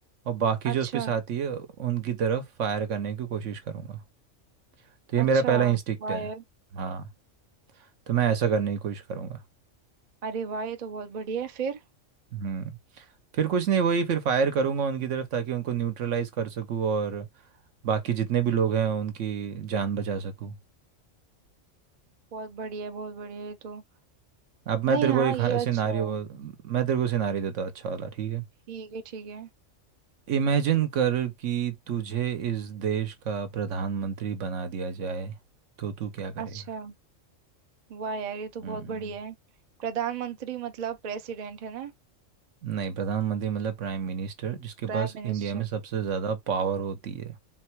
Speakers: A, on the right; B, on the right.
A: और बाकी
B: अच्छा
A: जो उसके साथी है उनकी तरफ फायर करने की कोशिश करूँगा तो ये
B: अच्छा
A: मेरा पहला इंस्टिक्ट
B: वाह
A: है
B: यार
A: हाँ तो मैं ऐसा करने की कोशिश करूँगा
B: अरे वाह ये तो बहुत बढ़िया है फिर
A: हम्म फिर कुछ नहीं वही फिर फायर करूँगा उनकी तरफ ताकि उनको न्यूट्रलाइज कर सकूँ और बाकी जितने भी लोग हैं उनकी जान बचा सकूँ
B: बहुत बढ़िया है, बहुत बढ़िया ये तो
A: अब मैं
B: नहीं
A: तेरे
B: हाँ
A: को एक
B: ये अच्छा
A: सिनारियो
B: है
A: मैं तेरे को सिनारियो देता हूँ, अच्छा वाला ठीक है
B: ठीक है ठीक है
A: इमेजिन कर कि तुझे इस देश का प्रधानमंत्री बना दिया जाए तो तू क्या करेगा
B: अच्छा वाह यार ये तो बहुत
A: हम्म
B: बढ़िया है प्रधानमंत्री मतलब प्रेसिडेंट है ना
A: नहीं प्रधानमंत्री मतलब प्राइम मिनिस्टर जिसके
B: Prime
A: पास
B: minister
A: इंडिया में सबसे ज़्यादा पावर होती है